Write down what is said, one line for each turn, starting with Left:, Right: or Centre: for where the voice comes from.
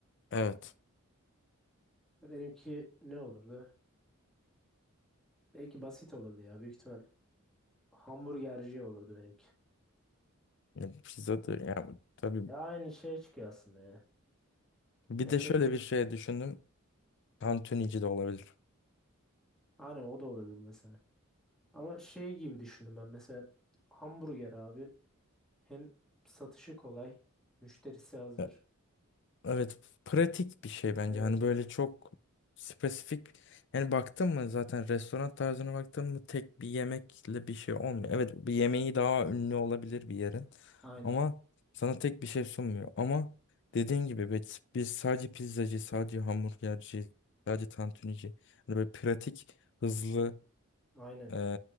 Left: Evet.
Centre: Benimki ne olurdu? Belki basit olurdu ya. Büyük ihtimal hamburgerci olurdu benimki.
Left: Ya pizza da ya tabii
Centre: Ya aynı şeye çıkıyor aslında ya.
Left: bir
Centre: Ya
Left: de
Centre: çünkü
Left: şöyle bir şey düşündüm. Tantunici de olabilir.
Centre: Hani o da olabilir mesela. Ama şey gibi düşündüm ben mesela hamburger abi hem satışı kolay, müşterisi hazır.
Left: Ya, evet pratik bir şey bence.
Centre: Evet.
Left: Hani böyle çok spesifik yani baktın mı zaten restoran tarzına baktın mı tek bir yemekle bir şey olmuyor. Evet bir yemeği daha ünlü olabilir bir yerin
Centre: Aynen.
Left: ama sana tek bir şey sunmuyor. Ama dediğin gibi biz, biz sadece pizzacı, sadece hamburgerci, sadece tantunici hani böyle pratik, hızlı
Centre: Aynen.
Left: Ee,